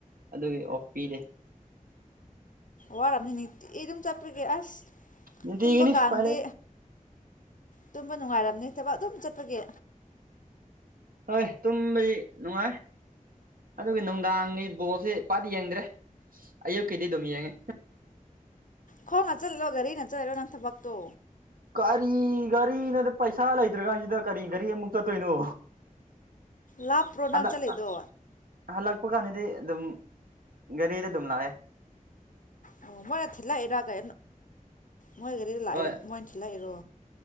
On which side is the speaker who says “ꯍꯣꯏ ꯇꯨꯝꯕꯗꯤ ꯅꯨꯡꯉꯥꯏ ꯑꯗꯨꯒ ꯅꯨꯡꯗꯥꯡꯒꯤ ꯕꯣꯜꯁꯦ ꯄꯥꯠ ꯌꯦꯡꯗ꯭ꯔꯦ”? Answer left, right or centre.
Right